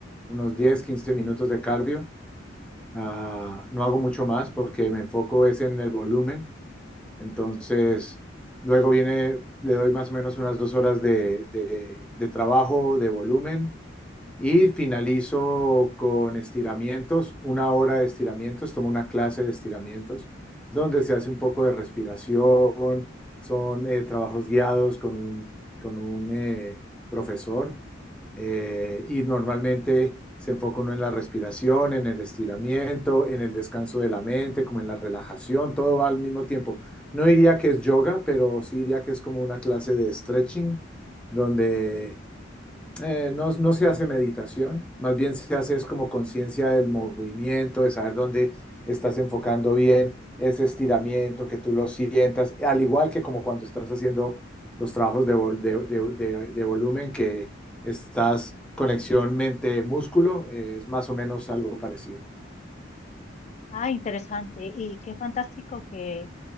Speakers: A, in the centre; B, on the left.
A: unos 10 15 minutos de cardio. Ah, no hago mucho más porque me enfoco es en el volumen. Entonces, luego viene, le doy más o menos unas dos horas de, de- de trabajo, de volumen, y finalizo con estiramientos, una hora de estiramientos, tomo una clase de estiramientos donde se hace un poco de respiración, son eh, trabajos guiados con un, con un eh, profesor eh, y normalmente se enfoca uno en la respiración, en el estiramiento, en el descanso de la mente, como en la relajación, todo va al mismo tiempo. No diría que es yoga, pero sí diría que es como una clase de stretching donde eh, no, no se hace meditación, más bien se hace es como conciencia del movimiento, de saber dónde estás enfocando bien ese estiramiento, que tú lo sientas, al igual que como cuando estás haciendo los trabajos de, vol- de- de- de- de volumen, que estás conexión mente-músculo, eh, es más o menos algo parecido.
B: Ah, interesante. Y qué fantástico que